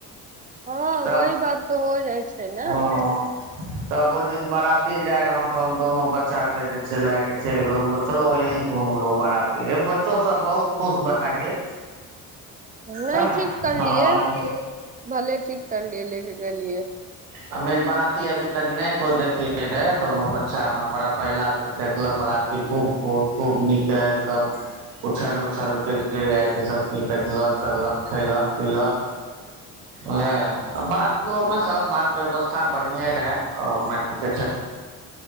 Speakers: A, on the right (about 20°); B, on the right (about 85°).
A: ह
B: तब
A: वही बात तऽ होय रहै छै नहि।
B: हँ तब ओय दिन बारा। ती जाय रहौ तऽ हम दोनो बच्चा कऽ जँ छै लए कऽ चैल गेलौ, चलो यहीं घूमलो बराती ए ब। च्चो सब बहुत खुश भए गेल।
A: नइ
B: हँ
A: ठीक करलियै, भले ठीक करलियै लऽ कऽ गेलियै।
B: हमे एर बराती अभी तक नहि को देखलै। रै दुनू बच्चा में बड़ा पहिला देखलक बराती खूब, खुब, खूब नीके एकदम। उछल-उछल कऽ जँ जाइके सब चीज देखलक, करलक खयलक-पिलक। नहि बरातियों में सब बात-व्यवस्था बढ़िए रहए मैन कऽ च।